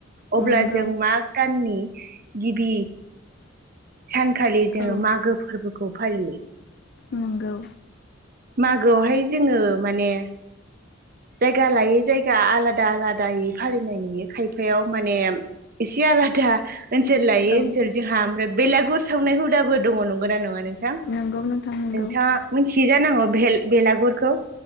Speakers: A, on the right (about 45°); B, on the left (about 55°).
A: अब्ला
B: नोंगौ
A: जों मा गाननि गिबि सानखालि जोङो
B: औ
A: मागो फोरबोखौ फालियो
B: नोंगौ
A: मागोआवहाय जोङो माने जायगा लायै जायगा आलादा आलादायै फालिनायनि खायफायाव माने इसे आलादा ओनसोल लायो
B: औ
A: ओनसोल जोंहा ओमफ्राय बेलागुर सावनाय हुदाबो दङ नंगौ ना नङा नों नोंथां नोंथाङा
B: नोंगौ नोंथां नोंगौ
A: मिथियै जानांगौ बेलागुरखौ